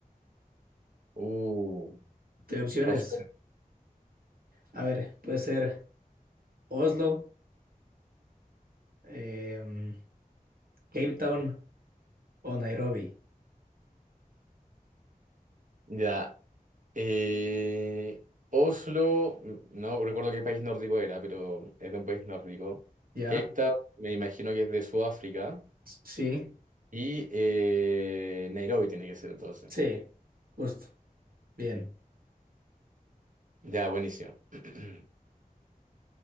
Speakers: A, on the right (about 60°); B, on the right (about 80°).
A: Uh,
B: Te doy opciones.
A: opciones.
B: A ver, puede ser Oslo, em, Cape Town o Nairobi.
A: Ya. Eh, Oslo, mm, no recuerdo qué país nórdico era, pero es de un país nórdico.
B: Ya,
A: Cape Town, me imagino que es de Sudáfrica.
B: S- sí,
A: Y eh, Nairobi tiene que ser entonces.
B: sí, justo, bien.
A: Ya, buenísimo. <clears throat>